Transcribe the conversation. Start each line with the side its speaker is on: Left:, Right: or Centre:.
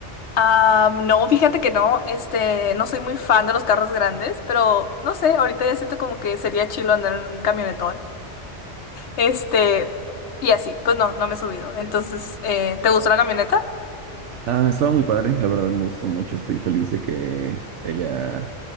Left: Am, no, fíjate que no, este, no soy muy fan de los carros grandes, pero no sé, ahorita ya siento como que sería chilo andar en un camionetón. Este, y así, pues no, no me he subido. Entonces, eh, ¿te gustó la camioneta?
Right: Ah, estaba muy padre, la verdad me gustó mucho. Estoy feliz de que ella